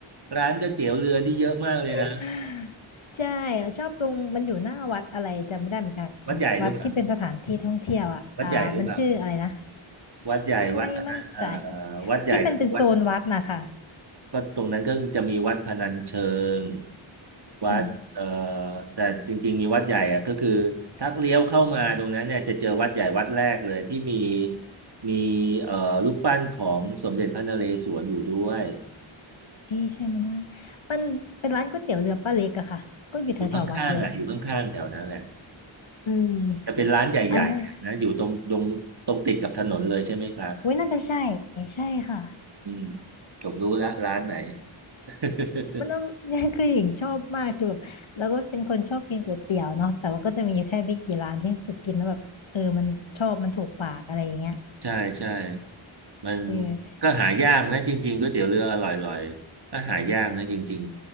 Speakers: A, on the right; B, on the left.
A: ร้านก๋วยเตี๋ยวเรือนี่เยอะมากเลยนะ
B: <laughs> ใช่อะชอบตรงมันอยู่หน้าวัดอะไรจำไม่ได้เหมือนกัน
A: วัดใหญ่หรือเปล่า
B: วัดที่เป็นสถานที่ท่องเที่ยวอ่ะอ่ามันชื่ออะไรนะ
A: วัดใหญ่หรือเปล่าวัดใหญ่วัดพนันเอ่อ
B: ไม่มั่นใจ
A: วัดใหญ่วัด
B: ที่เป็นเป็นโซนวัดนะคะ
A: ก็ตรงนั้นก็จะมีวัดพนัญเชิงวัดเอ่อ
B: อืม
A: แต่จริงๆมีวัดใหญ่อะก็คือถ้าเลี้ยวเข้ามาตรงนั้นเนี่ยจะเจอวัดใหญ่วัดแรกเลยที่มีมีเอ่อรูปปั้นของสมเด็จพระนเรศวรอยู่ด้วย
B: เอ๊ะใช่ไหมนะมันเป็นร้านก๋วยเตี๋ยวเรือป้าเล็กอะค่ะก็อยู่แถวแถววัดเลยอะ
A: อยู่ข้างๆอ่ะอยู่ข้างๆแถวนั้นแหละ
B: อืม
A: จะเป็นร้านใหญ่ๆนะอยู่ตรงตรงตรงติดกับถนนเลยใช่ไหมครับ
B: อันนั้นโอ้ยน่าจะใช่ใช่ค่ะ
A: อืมผมรู้แล้วร้านไหน <laughs>
B: มันต้อง <laughs> คือหญิงชอบมากคือแบบเราก็เป็นคนชอบกินก๋วยเตี๋ยวเนาะแต่ว่าก็จะมีแค่ไม่กี่ร้านที่รู้สึกกินแล้วแบบเออมันชอบมันถูกปากอะไรอย่างเงี้ย
A: ใช่ใช่มัน
B: เออ
A: ก็หายากนะจริงๆก๋วยเตี๋ยวเรืออร่อยๆก็หายากนะจริง